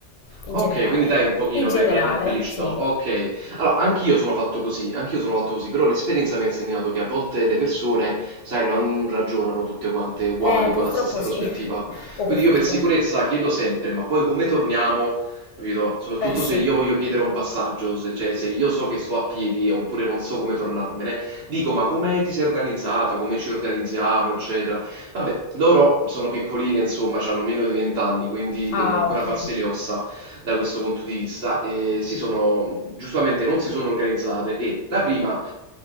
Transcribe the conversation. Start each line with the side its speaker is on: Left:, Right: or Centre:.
Left: in
Right: Okay,
Left: generale.
Right: quindi dai un pochino
Left: In generale,
Right: per implicito.
Left: sì.
Right: Okay. Allora, anch'io sono fatto così, anch'io sono fatto così, però l'esperienza mi ha insegnato che a volte le persone, sai, non ragionano tutte quante uguali,
Left: Eh, purtroppo
Right: con la stessa
Left: sì.
Right: prospettiva.
Left: <laughs> O per
Right: Quindi
Left: fortuna.
Right: io per sicurezza chiedo sempre, ma poi come torniamo? Capito? Soprattutto
Left: Eh sì.
Right: se io voglio chiedere un passaggio, se, cioè se io so che sto a piedi oppure non so come tornarmene, dico, ma come ti sei organizzata, come ci organizziamo, eccetera. Vabbè, loro sono piccoline, insomma, hanno meno di 20 anni, quindi
Left: Ah,
Right: devono ancora
Left: ok.
Right: farsi le ossa da questo punto di vista e si sono giustamente non si sono organizzate e la prima